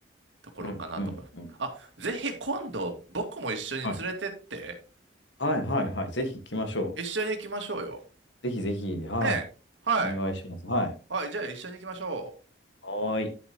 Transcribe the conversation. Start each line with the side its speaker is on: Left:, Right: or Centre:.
Right: ところかなと思います。
Left: うんうんうん。
Right: あ、ぜひ今度僕も一緒に連れてって、
Left: はい。はいはいはい。ぜひ行きましょ
Right: 一緒に行きましょうよ。
Left: う。ぜひぜひ。はい。
Right: ねえ。はい。
Left: お願いします。はい。
Right: あ、じゃあ一緒に行きましょう。
Left: はーい。